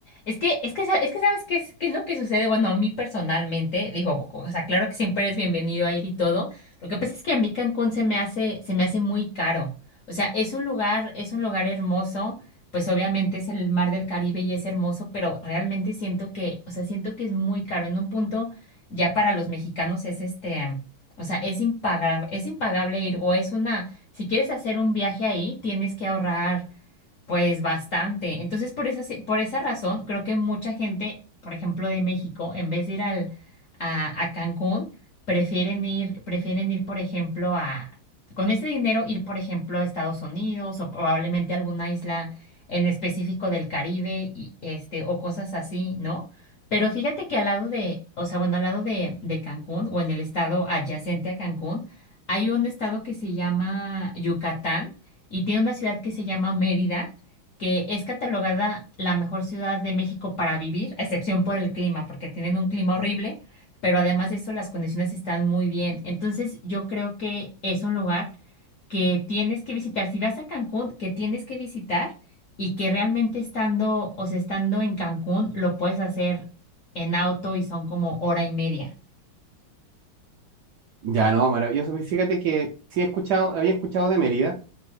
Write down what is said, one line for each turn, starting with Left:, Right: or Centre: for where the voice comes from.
Left: Es que, es que, sa- es que sabes qué es, qué es lo que sucede. Bueno, a mí personalmente, digo, o sea, claro que siempre eres bienvenido a ir y todo. Lo que pasa es que a mí Cancún se me hace, se me hace muy caro. O sea, es un lugar, es un lugar hermoso. Pues obviamente es el mar del Caribe y es hermoso, pero realmente siento que, o sea, siento que es muy caro. En un punto, ya para los mexicanos es este, o sea, es impagable, es impagable ir, o es una, si quieres hacer un viaje ahí, tienes que ahorrar. Pues bastante. Entonces, por esa, se- por esa razón, creo que mucha gente, por ejemplo, de México, en vez de ir al, a, a Cancún, prefieren ir, prefieren ir, por ejemplo, a, con ese dinero, ir, por ejemplo, a Estados Unidos o probablemente a alguna isla en específico del Caribe y, este, o cosas así, ¿no? Pero fíjate que al lado de, o sea, bueno, al lado de, de Cancún o en el estado adyacente a Cancún, hay un estado que se llama Yucatán y tiene una ciudad que se llama Mérida que es catalogada la mejor ciudad de México para vivir, a excepción por el clima, porque tienen un clima horrible, pero además de eso las condiciones están muy bien. Entonces yo creo que es un lugar que tienes que visitar. Si vas a Cancún, que tienes que visitar y que realmente estando, o sea, estando en Cancún, lo puedes hacer en auto y son como hora y media.
Right: Ya, no, maravilloso. Y Fíjate que sí he escuchado, había escuchado de Mérida